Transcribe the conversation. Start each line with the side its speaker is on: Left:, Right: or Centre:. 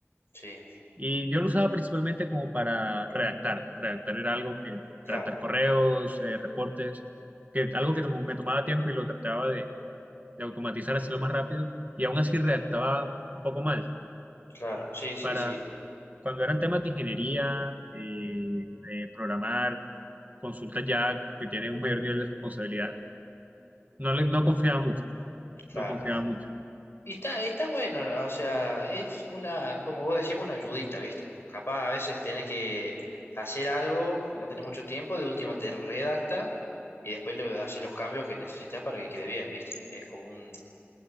Left: Sí,
Right: y yo lo usaba principalmente como para redactar. Redactar era algo que,
Left: claro,
Right: redactar correos, eh, reportes, que algo que tomo- me tomaba tiempo y lo trataba de, de automatizar, hacerlo más rápido y aún así redactaba un poco mal.
Left: claro, sí, sí,
Right: Para,
Left: sí,
Right: cuando eran temas de ingeniería, eh, de programar, consultas ya que tienen un mayor nivel de responsabilidad, No, le- no confiaba mucho, no
Left: claro.
Right: confiaba mucho.
Left: Y está, está bueno, o sea, es una, como vos decís, una ayudita, ¿viste? Capaz a veces tenés que hacer algo que no tenés mucho tiempo, de último te redacta y después le haces los cambios que necesitas para que quede bien, ¿viste? Es como un,